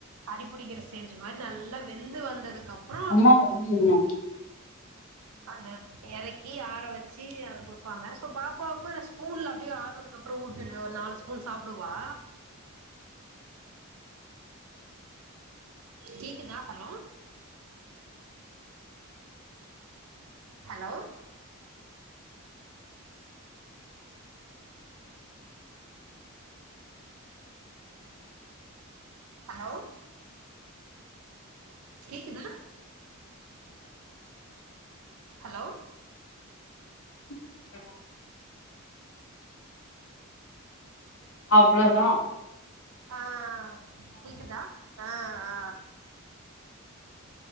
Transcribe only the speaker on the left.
அம்மா வர்லிய இன்னொ
<unintelligible>
உ அவ்ளதா